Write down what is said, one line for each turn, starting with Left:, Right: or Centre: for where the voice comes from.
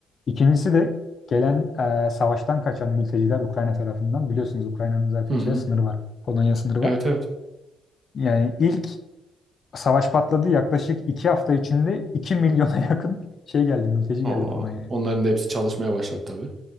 Left: İkincisi de gelen e, savaştan kaçan mülteciler Ukrayna tarafından. Biliyorsunuz Ukrayna'nın zaten
Right: Hı hı.
Left: şey sınırı var. Polonya sınırı
Right: Evet
Left: var.
Right: evet.
Left: Yani ilk savaş patladı yaklaşık iki hafta içinde 2 milyona <laughs> yakın şey geldi, mülteci
Right: Aa,
Left: geldi Polonya'ya.
Right: onların da hepsi çalışmaya başladı tabii.